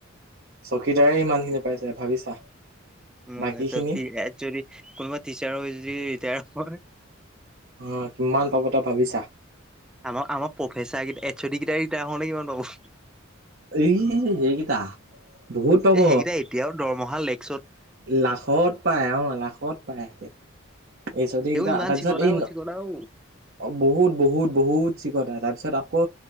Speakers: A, on the right; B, in the centre.
A: চকীদাৰেই ইমান খিনি পাইছে ভাবিছা
B: উ
A: বাকী
B: যদি
A: খিনি
B: এ যদি কোনোবা টিচাৰ হৈ যদি ৰিটায়াৰ হয়
A: অ কিমান পাব তই ভাবিছা
B: আম আম প্ৰফেচাৰ কেইটা এইচ অ দি কেইটা ৰিটায়াৰ হলে কিমান পাব
A: এই এইকেইটা বহুত
B: এই
A: পাব
B: সেইকেইটা এতিয়াও দৰমহা লেক
A: লাখত পায় অ লাখত পায় সেতে এইচ অ দি
B: এইবোৰ
A: কেইটা
B: ইমান
A: তাৰপিছত
B: চিকটাও
A: এই
B: চিকটাও
A: অ বহুত বহুত বহুত চিকটা আহ তাৰপিছত আকৌ